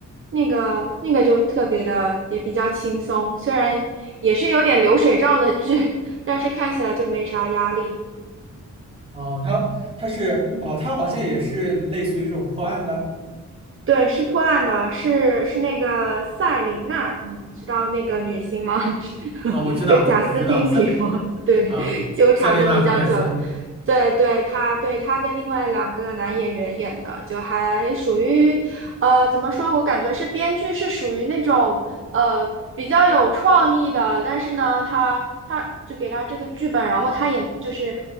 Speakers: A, on the right (about 45°); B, on the right (about 20°).
A: 那个那个就特别的，也比较轻松，虽然也是有点流水账的剧，<laughs> 但是看起来就没啥压力。
B: <laughs> 哦，它它是哦，
A: 嗯。
B: 它好像也是类似于这种破案的
A: 对，是破案的，是是那个赛琳娜，你知道那个女星吗？<laughs>
B: 啊，我知道，
A: 跟贾斯汀比吗？
B: 我知道，三
A: <laughs> 对，
B: 啊，
A: 纠缠的比较久。
B: 塞琳娜·戈麦兹，
A: 对对，她对她跟另外两个男演员演的，就还属于，呃，怎么说？我感觉是编剧是属于那种呃比较有创意的，但是呢，他他就给他这个剧本，然后他也就是